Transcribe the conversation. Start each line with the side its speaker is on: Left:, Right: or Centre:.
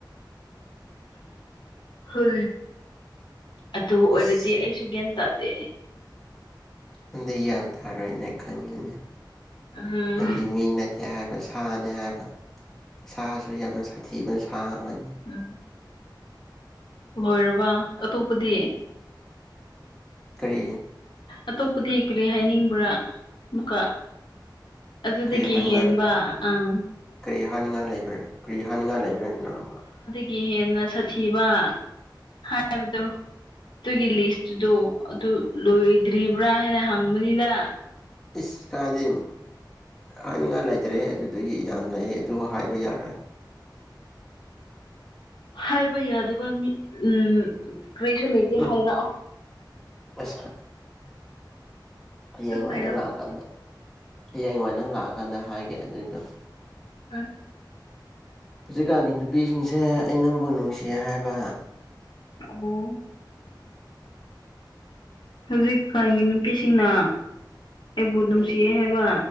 Left: ꯍ ꯑꯗꯨ ꯑꯣꯏꯔꯗꯤ
Centre: ꯏꯁ
Left: ꯑꯩꯁꯨ ꯒ꯭ꯌꯥꯟ ꯇꯥꯗꯦ
Centre: ꯅꯗꯤ ꯒ꯭ꯌꯥꯟ ꯇꯥꯔꯣꯏꯅꯦ ꯈꯪꯉꯤꯅꯦ
Left: ꯎꯝ
Centre: ꯑꯗꯨꯗꯤ ꯃꯤꯅ ꯗꯦ ꯍꯥꯏꯕ ꯁꯥꯅꯦ ꯍꯥꯏꯕ ꯁꯥꯁꯨ ꯌꯥꯝꯅ ꯁꯥꯊꯤꯕ ꯁꯥ ꯑꯃꯅꯤ
Left: ꯎꯝ ꯂꯣꯏꯔꯕ ꯑꯇꯣꯞꯄꯗꯤ
Centre: ꯀꯔꯤ
Left: ꯑꯇꯣꯞꯄꯗꯤ ꯀꯔꯤ ꯍꯥꯏꯅꯤꯡꯕ꯭ꯔꯥ ꯑꯃꯨꯛꯀ ꯑꯗꯨꯗꯒꯤ
Centre: ꯀꯔꯤ ꯍꯥꯏꯅꯤꯡꯉꯥꯏ
Left: ꯍꯦꯟꯕ ꯑꯥ
Centre: ꯀꯔꯤ ꯍꯥꯏꯅꯤꯡꯉꯥꯏ ꯂꯩꯕ꯭ꯔ ꯀꯔꯤ ꯍꯥꯏꯅꯤꯡꯉꯥꯏ ꯂꯩꯕ꯭ꯔꯦ ꯅꯪꯕ
Left: ꯀ ꯍꯦꯟꯅ ꯁꯥꯊꯤꯕ ꯍꯥꯏꯕꯗꯨꯣ ꯑꯗꯨꯒꯤ ꯂꯤꯁꯇꯨꯗ ꯑꯗꯨ ꯂꯣꯏꯗ꯭ꯔꯤꯕ꯭ꯔꯥ ꯍꯥꯏꯅ ꯍꯪꯕꯅꯤꯗ
Centre: ꯏꯁ ꯀꯥꯏꯗꯤ ꯍꯥꯏꯅꯤꯡꯉꯥꯏ ꯂꯩꯇ꯭ꯔꯦꯍꯦ ꯑꯗꯨꯗꯒꯤ ꯌꯥꯝ ꯂꯩ ꯑꯗꯨꯕꯨ ꯍꯥꯏꯕ ꯌꯥꯔꯣꯏ
Left: ꯍꯥꯏꯕ ꯌꯥꯗꯕ ꯃꯤ ꯎꯝ ꯀꯔꯤꯁꯨ ꯂꯩꯇꯦ
Centre: ꯎꯝ
Left: ꯍꯥꯏꯔꯑꯣ
Centre: ꯑꯁ ꯍꯌꯦꯡ
Left: ꯑꯗꯨꯝ
Centre: ꯋꯥꯏ
Left: ꯍꯥꯏꯔꯛꯄꯅꯦ
Centre: ꯅꯪ ꯂꯥꯛꯑꯀꯥꯟꯗ ꯍꯌꯦꯡ ꯋꯥꯏ ꯅꯪ ꯂꯥꯛꯑꯀꯥꯟꯗ ꯍꯥꯏꯒꯦ ꯑꯗꯨꯏꯗꯣ
Left: ꯑ
Centre: ꯍꯧꯖꯤꯛꯀꯥꯟꯒꯤ ꯅꯨꯄꯤꯁꯤꯡꯁꯦ ꯑꯩ ꯅꯪꯕꯨ ꯅꯨꯡꯁꯤꯌꯦ ꯍꯥꯏꯕ
Left: ꯑꯕꯨ ꯍꯧꯖꯤꯛꯀꯒꯤ ꯅꯨꯄꯤꯁꯤꯡꯅ ꯑꯩꯕꯨ ꯅꯨꯡꯁꯤ
Centre: ꯀꯔꯤ
Left: ꯍꯥꯏꯕ